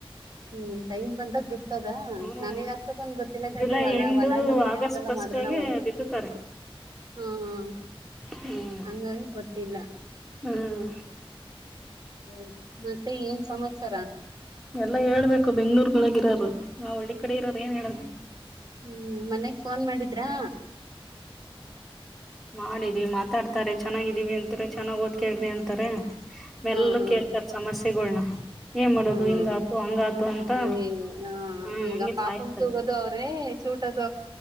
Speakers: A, on the right (about 45°); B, in the centre.
A: ಹ್ಮ್ ಟೈಮ್ ಬಂದಾಗ ಬಿ ಹತದಾ
B: ಹ್ಮ್
A: ನಮಗ್ ಅಸ್ತಕೊಂದ್ ಗೊತ್ತಿಲ್ಲ ಕಂಡ್ರಿ
B: ಜುಲೈ
A: ಹೊಲಾ
B: ಎಂಡು
A: ಹೊಲ ಮನೆಗ್
B: ಆಗಸ್ಟ್
A: ಕೆಲ್ಸ ಎಲ್ಲ
B: ಫಸ್ಟ್
A: ಮಾಡ್ರ
B: ಆಗಿ
A: ನಾವವು
B: ಬಿತ್ತುತ್ತಾರೆ
A: ಹಾ ಹಾ
B: ಹ್ಮ್
A: ಹಂಗಾಗಿ ಗ
B: ಹ್ಮ್
A: ಗ ಮತ್ತೆ ಏನ್ ಸಮಾಚಾರ
B: ಎಲ್ಲ ಹೇಳ್ಬೇಕು ಬೆಂಗ್ಳೂರ್ೊಳಗ ಇರರು ನಾವ್ ಹಳ್ಳಿ ಕಡೆ ಇರಾರ ಏನ್ ಹೇಳಬೇಕು
A: ಹ್ಮ್ ಮನ್ಗ್ ಫೋನ್ ಮಾಡಿದ್ರಾ
B: ಮಾಡಿದ್ವಿ ಮಾತಾಡ್ತಾರೆ ಚೆನ್ನಾಗಿದೀವಿ ಅಂತೇಳ ಚೆನ್ನ್ ಓದ್ ಕೇಳ್ರಿ ಅಂತಾರೆ ಎಲ್ಲರೂ
A: ಹ್ಮ್ ಹ್ಮ್
B: ಕೇಳ್ತಾರೆ ಸಮಸ್ಯೆಗಳನ್ನ ಏನ್ ಮಾಡೋದು
A: ಹ್ಮ್
B: ಹಿಂಗಾತು ಹಂಗಾತು ಅಂತ
A: ಅಯೇ
B: ಹಾ
A: ಹ ಈಗ
B: ಹಂಗೆ
A: ಪಾಪನ್
B: ಸಾಯಿಸ್ತಾರೆ
A: ತಗೋದು ಅವ್ರೆ ಚೂಟದ